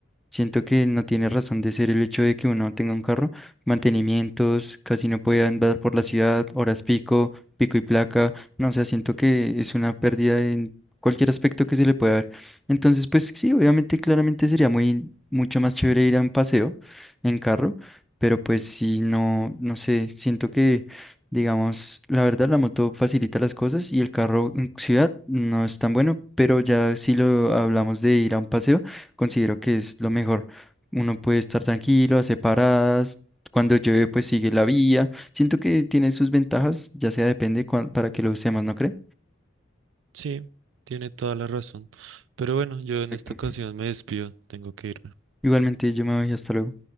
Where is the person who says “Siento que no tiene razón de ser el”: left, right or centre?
Centre